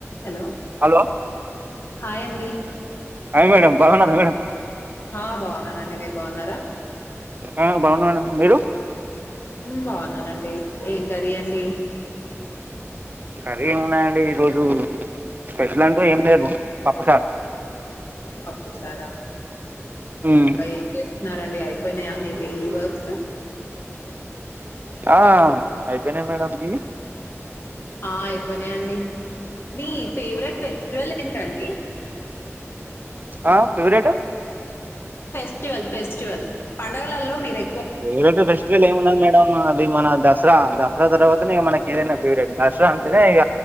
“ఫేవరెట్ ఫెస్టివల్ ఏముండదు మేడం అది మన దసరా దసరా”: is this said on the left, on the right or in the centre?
Right